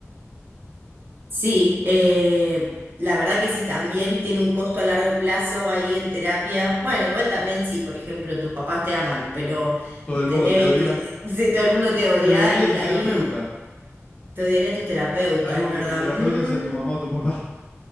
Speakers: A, on the right; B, on the left.
A: Sí, eh, la verdad que si también tiene un costo a largo plazo ahí en terapia, bueno, igual también si, por ejemplo, tus papás te aman, pero
B: Todo el
A: tenés
B: mundo te
A: 20,
B: odia.
A: <laughs> si todo el mundo te odia
B: Te odiaría
A: y
B: tu terapeuta,
A: ahí te odiaría tu terapeuta,
B: salvo
A: es verdad.
B: que tu terapeuta
A: Mm,
B: sea tu mamá o tu papá.